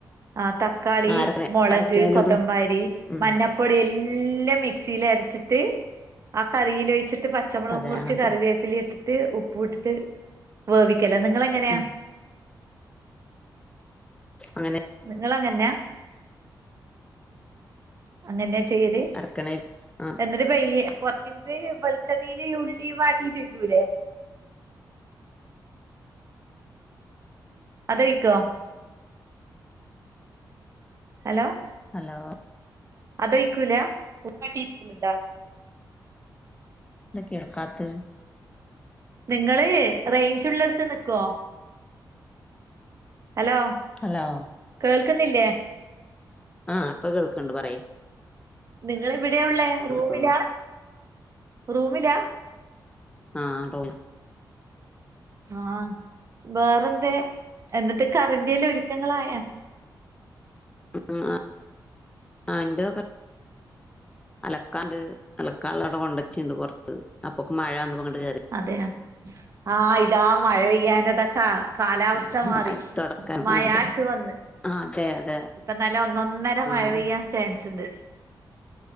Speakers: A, on the right; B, on the left.
A: ആഹ് ത തക്കാളി
B: ആ അരക്കണ
A: മുളക്
B: അരക്കണേലിടും
A: കൊത്തമ്പാലി
B: ഉം
A: മഞ്ഞ പ്പൊടി എല്ലാം മിക്സിൽ അരച്ചിട്ട് ആ കറിൽ വഴിച്ചിട്ട് ത്ത് പച്ചമുളകും
B: അതെ
A: മുറിച്ച്
B: അങ്ങനത്തെ
A: കറിവേപ്പിലേ ഇട്ടിട്ട് ഉപ്പു ഇട്ടിട്ട് വേവിക്കലാ നിങ്ങളെങ്ങനെയാ
B: ഉം അങ്ങനെ
A: നിങ്ങള് അങ്ങനെയാ അങ്ങനെയാ ചെയ്ത്
B: അരക്കണേ ആ
A: എും കുറത് വെച്ചണ്ണയിൽ ഉള്ളി വാട്ടീട്ട് വക്കൂല്ലേ അതോ വിക്കോ ഹലോ
B: ഹലോ
A: അതൊഴിക്കൂല <unintelligible>
B: ഇന്താ കേൾക്കാത്ത
A: നിങ്ങള് റയ്ഞ്ച്ള്ളടുത്ത് നിക്കുവോ ഹലോ
B: ഹലോ
A: കേൾക്കുന്നില്ലേ
B: ആഹ് അപ്പൊ കേൾക്കണ്ട് പറയു
A: നിങ്ങള് ഇവിടെ ഉള്ളേ റൂമിലാ
B: തോന്നുന്നു
A: റൂമിലാ
B: ആഹ് റൂം
A: ആഹ് വേറെന്ത എന്നിട്ട് കറിന്ത്യൽ ഒരുക്കങ്ങളായൊ
B: ഉം ആഹ് ആഹ് എന്റെൊക്കെ അലക്കാണ്ട്. അലക്കാള്ളടെ കൊണ്ടച്ചിണ്ട് പൊറത്ത്. അപ്പൊക്ക് മഴന്നപ്പോ ഇങ്ങട്ട് കേറി
A: അതെയാ ആഹാ ഇതാ മഴ പെയ്യാന് താ കാ കാലാവസ് സ്ഥമാറി
B: കേറി തുടക്കാൻ
A: മയാച്ച്
B: ആഹ് അത
A: വന്ന്
B: ആഹ് അതെ അതെ
A: ഇപ്പം നല്ല ഒന്നൊന്നര മഴ
B: ആഹ്
A: പെയ്യാൻ ചാൻസ്ണ്ട്.